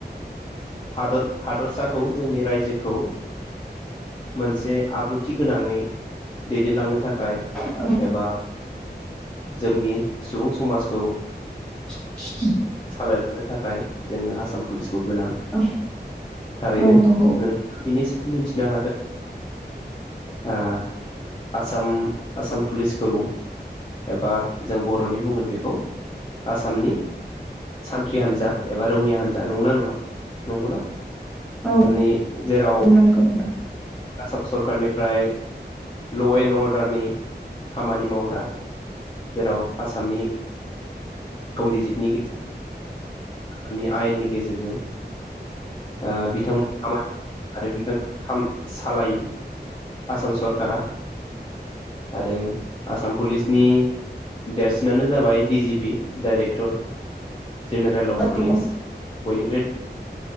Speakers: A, on the left (about 30°); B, in the centre.
A: हादर हादरसाखौ जोंनि रायजोखौ मोनसे आब्रुथि गोनाङै दैदेनलांनो थाखाय थाखाय
B: औ
A: एबा जोंनि सुबुं समाजखौ
B: <unintelligible>
A: सालायलांनो थाखाय जोंनो आसाम पुलिसखौ गोनां
B: औ
A: थारैनो
B: औ नंगौ
A: नोंथाङा बिनि सोमोन मिथिनो हागोन ओ आसाम आसाम पुलिसखौ एबा जों बर'नि बुंगोन बेखौ आसामनि सानथ्रि हान्जा एबा रौनि हान्जा नंगौ ना नङा? नंगौना
B: औ
A: आसामनि जेराव
B: औ नंगौ नोंथां
A: आसाम सरखारनि ओमफ्राय लएणड अर्डारनि खामानि मावग्रा जेराव आसामनि संबिजितनि गेजेरजों आसामनि आयेननि गेजेरजों ओ बिथांमोना खामानि आरो बिथां सालायो आसाम सरखारा आरो आसाम पुलिसनि देरसिनानो जाबाय D G P director general अब पुलिस
B: औ
A: बयनिख्रुइ